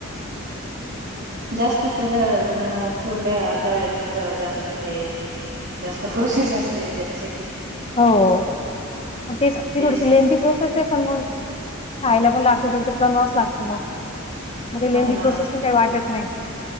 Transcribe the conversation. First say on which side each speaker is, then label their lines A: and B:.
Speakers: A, on the right; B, on the left.
A: जास्तं तरं अं अं पुरड्या करायचं जरां जास्तं हे जास्तं पुरसेस असते त्यांचे
B: हो तेचं ती
A: तेच
B: थोडीशी लेंथी प्रोसेस आहे पणं मंग खायंला पणं लागत मंग ते बनवाचं लागतं मंग मं लेंथि
A: हां ना.
B: प्रोसेस मंग कांहीं वाटतं नाहीं